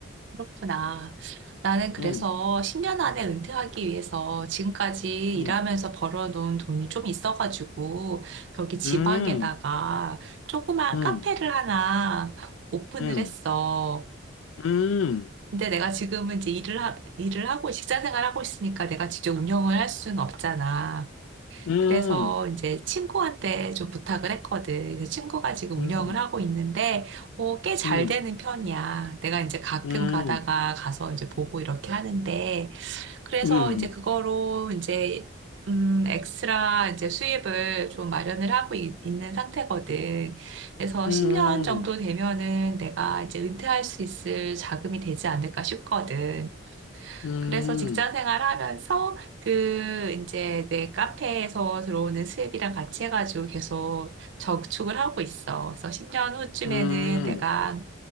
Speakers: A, on the right; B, on the left.
A: 그렇구나. 나는 그래서
B: 응,
A: 10년 안에 은퇴하기 위해서 지금까지
B: 응,
A: 일하면서 벌어놓은 돈이 좀 있어가지고, 여기 지방에다가
B: 응,
A: 조그만
B: 응,
A: 카페를 하나 오픈을
B: 응,
A: 했어.
B: 응, 응,
A: 근데 내가 지금은 이제 일을, 하, 일을 하고 직장 생활하고 있으니까 내가 직접 운영을 할 수는 없잖아.
B: 응,
A: 그래서 이제 친구한테 좀 부탁을 했거든. 그래서 친구가 지금
B: 응,
A: 운영을 하고 있는데, 어, 꽤 잘
B: 응,
A: 되는 편이야. 내가 이제 가끔
B: 응, 응,
A: 가다가 가서 이제 보고 이렇게 하는데, 그래서
B: 응,
A: 이제 그거로 이제, 음, 엑스트라 이제 수입을 좀 마련을 하고 있, 있는 상태거든. 그래서
B: 응,
A: 10년
B: 응,
A: 정도 되면은 내가 이제 은퇴할 수 있을 자금이 되지 않을까 싶거든.
B: 응,
A: 그래서 직장 생활하면서 그 이제 내 카페에서 들어오는 수입이랑 같이 해가지고 계속 저축을 하고 있어. 그래서 10년 후쯤에는
B: 응,
A: 내가